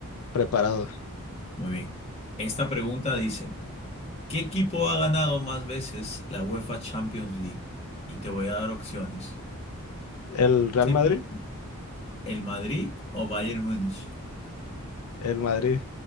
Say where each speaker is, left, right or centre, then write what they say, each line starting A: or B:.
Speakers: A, on the left; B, on the left.
A: preparado.
B: Muy bien. Esta pregunta dice, ¿qué equipo ha ganado más veces la UEFA Champions League? Y te voy a dar opciones.
A: El Real
B: ¿De
A: Madrid,
B: mí? ¿El Madrid o Bayern Múnich?
A: el Madrid.